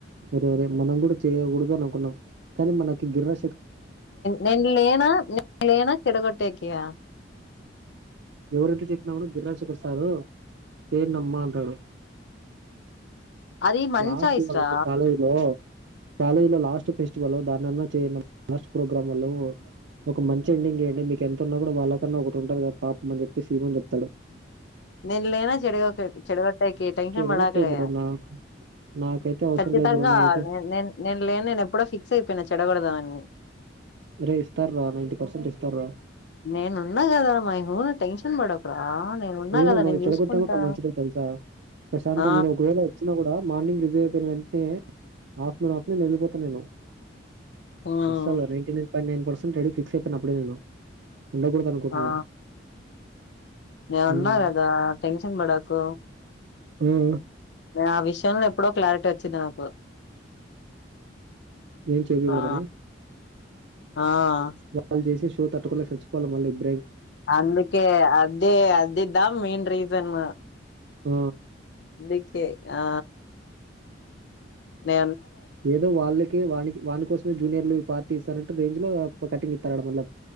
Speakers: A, on the right (about 65°); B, on the left (about 65°).
A: ఒరే ఒరే మనం కూడా చేయకూడదు అనుకున్నాం కానీ మనకి గిర్ర
B: నేను లేనా నేను లేనా చెడగొట్టేకయా
A: ఎవరెంత చెప్పినామనో గగిరశేఖర్ సార్ చేయండమ అంటాడు
B: అది మంచి
A: లాస్ట్
B: చాయిస్
A: వాళ్ళకి
B: రా
A: కాలేజ లో కాలేజ్ లో లాస్ట్ ఫెస్టివల్ దానిన్నా చేయ లాస్ట్ ప్రోగ్రామ్ ఒక మంచి ఎండింగ్ ఇయాండీ మీకు ఎంతన్నా కూడా వాళ్ళ కన్నా ఒకటి ఉంటుంది కదా అప్పమని చెప్పేసి ఈ రోజు చెప్తాలే
B: నేను లేనా చెడ చెడగట్టాకి టెన్షన్
A: చెడగొట్టే
B: పడాకలే
A: బ్రో నాకు నాకైతే అవసరం
B: ఖచ్చితంగా
A: లేదు బ్రో నేనైతే
B: నేను లే నేను ఎప్పుడో ఫిక్స్ అయిపోయినా చెడ కొడదామని
A: <unintelligible> ఇస్తార రా నైంటటీ పర్సెంట్ ఇస్తార
B: నేనున్నా కదా మా హూన టెన్షన్ పడ ఒకరా నేను ఉన్నా
A: ఏమో
B: కదా
A: నువ్వు
B: నేను
A: చెడగొట్టావో
B: చూసుకుంటా
A: నా మంచిదే తెలుసా ప్రశాంతంగా
B: ఆ
A: నేను ఒకవేళ వచ్చినా కూడా మార్నింగ్ రిజర్వ్ అంటే ఆఫ్టర్నూన్ ఆఫ్టర్నూన్ వెళ్ళిపోతా నేను
B: ఉమ్
A: అసలు నైన్టీ నైన్ ఇ నైన్ పర్సెట్ రడి ఫిక్స్ అయిపోయిన అప్పుడే నేను ఉండకూడదు అనుకుంటున్నా
B: ఆ నేను
A: ఉమ్
B: ఉన్నా కదా టెన్షన్ పడాకు
A: మ్మ్
B: ఆ విషయంలో ఎప్పుడో క్లారిటీ వచ్చింది నాకు
A: ఏం చేయకూడదనే
B: ఆ ఆ
A: వాల్ చేసే షో తట్టుకోలే <unintelligible>
B: అందుకే అదే అదిద్దా మెయిన్ రీజన్
A: మ్మ్
B: ఎందుకే ఆ నే
A: ఏదో వాళ్ళకి వాలకి వాని కోసమే జూనియర్లు పార్టీ ఇస్తానంటే రేంజ్ లో కటింగ్ ఇతరు ఆడ మల్ల